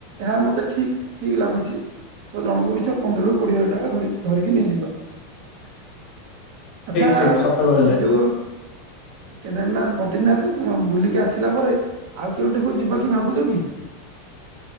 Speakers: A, on the right (about 50°); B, on the left (about 40°).
A: ହେ ମତେ ଠିକ ଠିକ ଲାଗୁଛି ତ ଜଣଙ୍କୁ ବିଛ ପନ୍ଦରରୁ କୋଡିଏ ହଜାର ଟଙ୍କା ଧରିକି ନେଇଯିବା।
B: <inaudible>
A: ଆଛା
B: ଠିକ ଠିକ ସତ କହିଲେ।
A: ସେ ଯୋଉ କେଦାରନାଥ ବଦ୍ରିନାଥ ବୁଲିକି ଆସିଲା ପରେ ଆଉ କେଉଁଠାକୁ ଯିବା କି ଭାବୁଛ କି?